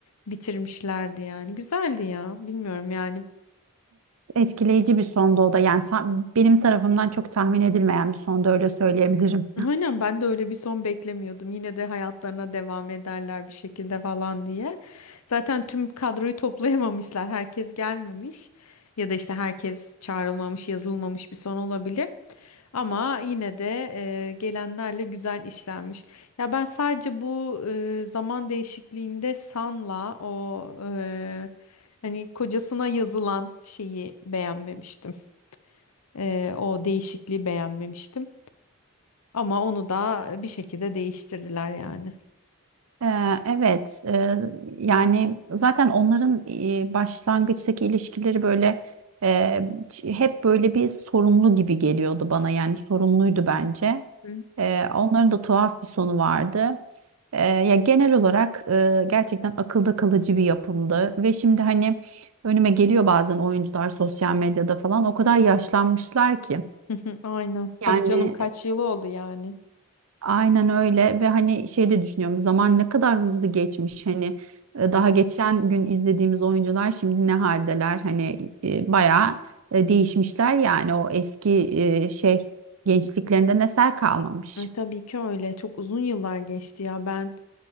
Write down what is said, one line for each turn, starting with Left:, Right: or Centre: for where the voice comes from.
Left: bitirmişlerdi yani. Güzeldi ya. Bilmiyorum yani.
Right: Etkileyici bir sondu o da yani ta- benim tarafımdan çok tahmin edilmeyen bir sondu öyle söyleyebilirim.
Left: Aynen ben de öyle bir son beklemiyordum. Yine de hayatlarına devam ederler bir şekilde falan diye. Zaten tüm kadroyu toplayamamışlar. Herkes gelmemiş ya da işte herkes çağrılmamış, yazılmamış bir son olabilir. Ama yine de e, gelenlerle güzel işlenmiş. Ya ben sadece bu e, zaman değişikliğinde San'la o e, hani kocasına yazılan şeyi beğenmemiştim. E, o değişikliği beğenmemiştim. Ama onu da e, bir şekilde değiştirdiler yani.
Right: Ee, Evet, e, yani zaten onların e, başlangıçtaki ilişkileri böyle e, ç- hep böyle bir sorunlu gibi geliyordu bana yani sorunluydu bence.
Left: Hı.
Right: Ee, Onların da tuhaf bir sonu vardı. Ee, Ya genel olarak e, gerçekten akılda kalıcı bir yapımdı ve şimdi hani önüme geliyor bazen oyuncular sosyal medyada falan o kadar yaşlanmışlar ki.
Left: <laughs> Aynen.
Right: Yani
Left: Tabii canım kaç yılı oldu yani.
Right: Aynen öyle ve hani şey de düşünüyorum zaman ne kadar hızlı geçmiş hani e, daha geçen gün izlediğimiz oyuncular şimdi ne haldeler hani e, bayağı e, değişmişler yani o eski e, şey gençliklerinden eser kalmamış.
Left: E, tabii ki öyle. Çok uzun yıllar geçti ya. Ben